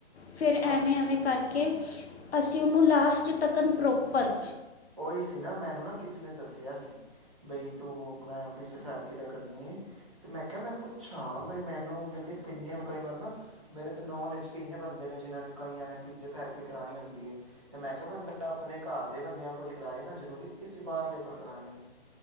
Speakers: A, on the left (about 65°); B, on the right (about 30°).
A: ਫਿਰ ਐਵੇਂ,
B: ਅੱਛਾ
A: ਐਵੇਂ
B: ਅੱਛਾ
A: ਕਰਕੇ ਅਸੀਂ ਤੇ ਉਹਨੂੰ ਲਾਸਟ ਤੱਕਨ ਪ੍ਰੋਪਰ
B: ਉਹੀ ਸੀ ਨਾ ਮੈਨੂੰ ਨਾ ਕਿਸੇ ਨੇ ਦੱਸਿਆ ਸੀ। ਬਈ ਤੂੰ ਆਪਣਾ ਫਿਜੀਓਥੈਰੇਪੀ ਦਾ ਕਰਨੀ ਹੈ। ਤੇ, ਮੈਂ ਕਿਹਾ ਮੈਂ ਪੁੱਛਾਂ ਬਈ ਮੈਨੂੰ ਕਿੰਨੇ ਕਈ ਵਾਰ ਨਾ ਮੇਰੇ ਤੇ ਨੋਨ ਚ ਕਿੰਨੇ ਬੰਦੇ ਨੇ ਜਿਹਨਾਂ ਨੂੰ ਕਈਆਂ ਨੇ ਫਿਜਓਥੈਰੇਪੀ ਕਰਾਣੀ ਹੁੰਦੀ ਏ। ਤੇ, ਮੈਂ ਕਿਹਾ ਬੰਦਾ ਆਪਣੇ ਘਰ ਦੇ ਬੰਦਿਆਂ ਕੋਲ ਕਰਾਏ ਨਾ ਜ਼ਰੂਰੀ ਕਿਸੇ ਬਾਹਰਲੇ ਕੋਲ ਕਰਾਣੀ।